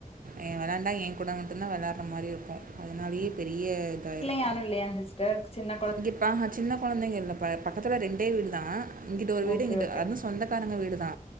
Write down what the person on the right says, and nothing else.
என் விளாண்டா என் கூடம் மட்டும்தா வெளயார்ர மாதிரி இருக்கு அதனாலயே பெரிய இதாயிடும்
இங்கப்ப சின்ன கொழந்தைங்கல்ல பக்கத்துல ரெண்டே வீடு தா இங்கிட்டு ஒரு வீடு
இங்கிட்டு
அதும் சொந்த காருங்க வீடுதா